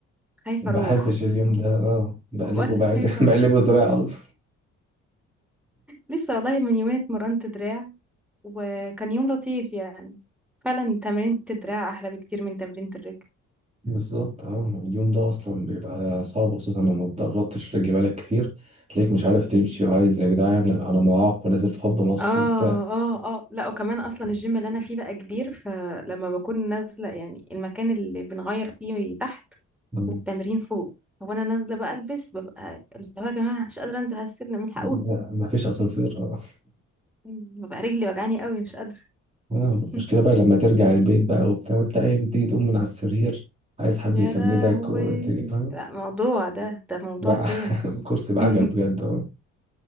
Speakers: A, in the centre; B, on the right.
A: خايفة
B: بحبش
A: اروح
B: اليوم ده اه بقلبه
A: بقول لك
B: بقلب
A: خايفة
B: <laughs>
A: اروح
B: بقلبه دراعي على طول
A: لسه والله من يومين اتمرنت دراع وكان يوم لطيف يعني فعلا تمرينة الدراع احلى بكتير من تمرينة الرجل
B: بالظبط اه اليوم ده اصلا بيبقى صعب خصوصا لما اتدربتش رجلي بقالك كتير تلاقيك مش عارف تمشي وعايز يا جدعان انا معاق ونازل في حب مصر
A: اه
B: وبتاع
A: اه اه لا وكمان اصلا الجيم اللي انا فيه بقى كبير فلما بكون نازله يعني المكان اللي بنغير فيه تحت
B: مم.
A: والتمرين فوق هو انا نازله بقى البس ببقى اللي هو يا جماعه مش قادره انزل على السلم الحقوني
B: لا، مفيش اسانسير اه
A: ببقى رجلي وجعاني قوي مش قادره
B: آه، المشكله
A: <laughs>
B: بقى لما ترجع البيت بقى وبتاع وتلاقي تيجي تقوم من على السرير عايز حد
A: يا
B: يسندك
A: لهوي
B: وتيجي آه،
A: لا موضوع ده ده موضوع
B: بقى
A: تاني
B: <laughs> الكرسي بعجل
A: <laughs>
B: بجد اه